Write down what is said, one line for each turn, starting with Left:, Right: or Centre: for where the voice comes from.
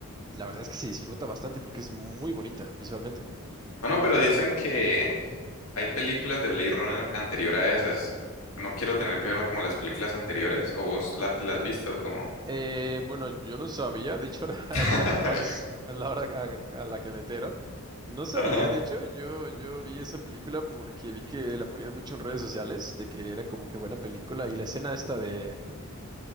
Right: la verdad es que se disfruta bastante porque es muy bonita visualmente.
Left: Bueno, pero dicen que hay películas de Blade Runner anterior a esas. No quiero tener que verme como las películas anteriores, o vos la- te las has visto como.
Right: Eh, bueno, yo no sabía, de hecho, <laughs> ahora,
Left: <laughs>
Right: ahora es la, pri- ahora es la hora a, a la que me entero. No sabía,
Left: Ajá.
Right: de hecho, yo, yo vi esa película porque vi que la ponían mucho en redes sociales, de que era como que buena película y la escena esta de, <clears throat>